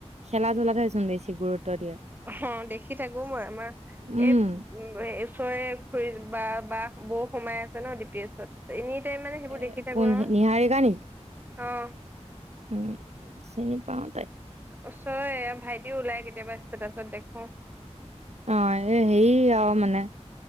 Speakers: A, on the right (about 70°); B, on the right (about 15°).
A: খেলা ধূলাতেচোন বেছি গুৰুত্ব দিয়ে
B: অ দেখি থাকো মই আমাৰ
A: উম
B: এই উ ওচৰে খুৰি বা বা বৌ সোমাই আছে ন ডি পি এছত এনে মানে সেইবোৰ
A: এ
B: দেখি থাকো
A: কোন
B: আৰু,
A: নিহাৰিকা নেকি?
B: অ'।
A: উম, চিনিপাও।
B: অচয় ভাইটিও ওলাই কেতিয়াবা ষ্টটাছত দেখো।
A: অ' এ হেৰী আৰু মানে।